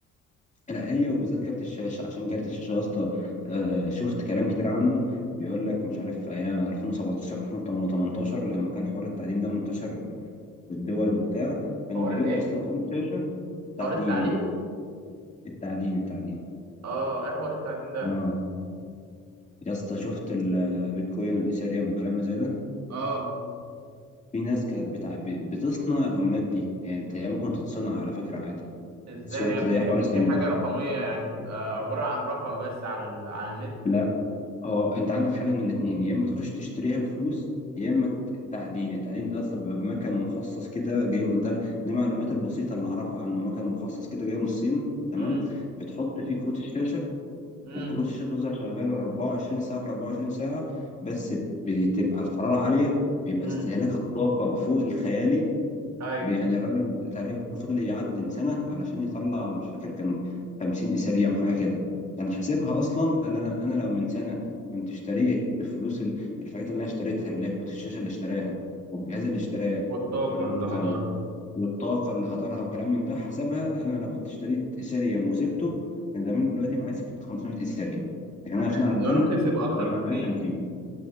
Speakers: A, on the left; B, on the right.
A: لا هي وبالذات كارت الشاشه عشان كارت الشاشه يا اسطى آه، شفت كلام كتير عنه بيقول لك مش عارف في ايام 2017 2018 لما كان حوار التعدين ده منتشر في الدول وبتاع كانوا
B: حوار
A: بيجيبوا
B: الايه
A: اصلا كروت شاشه تعدين
B: حوار التعليم
A: التعدين التعدين
B: اه ايه حوار التعليم ده
A: آه. يا اسطى شفت البيتكوين والايثيريوم والكلام اللي زي ده
B: اه
A: في ناس كانت بتاع بت- بتصنع العملات دي يعني انت هي ممكن تتصنع على فكره عادي
B: ازاي
A: شفت
B: يا ابني
A: زي حوار
B: هي مش
A: السن
B: دي حاجة رقمية يعني بتبقى عبارة عن رقم بس على ال... على النت
A: لا
B: ده
A: هو انت عندك حل من الاثنين يا اما تخش تشتريها بفلوس يا اما التعدين التعدين ده اصلا بيبقى بمكان مخصص كده جاي من ده دي المعلومات البسيطه اللي اعرفها عنه مكان مخصص كده جاي من الصين تمام
B: امم
A: بتحط فيه كروت الشاشه
B: امم
A: وكروت الشاشه بتفضل شغاله 24 ساعه في 24 ساعه بس بتبقى الحراره عاليه بيبقى
B: امم
A: استهلاك الطاقة فوق الخيالي
B: ايوه
A: يعني الراجل تقريبا فضل يعدي سنة علشان يطلع مش فاكر كان 50 إيثيريوم حاجة كده كان حاسبها أصلا قال أنا أنا لو من سنة كنت اشتريت بفلوس ال- الحاجات اللي أنا اشتريتها اللي هي كروت الشاشة اللي اشتراها والجهاز اللي اشتراه
B: والطاقة
A: والك-
B: اللي هدرها
A: والطاقة اللي هدرها وكلام من ده حسبها قال أنا لو كنت اشتريت إيثيريوم وسبته كان زمان دلوقتي معايا سكة 500 إيثيريوم لكن أنا
B: كان
A: عشان عدنت
B: زمانه كسب اكتر
A: فمعايا
B: بكتير
A: 50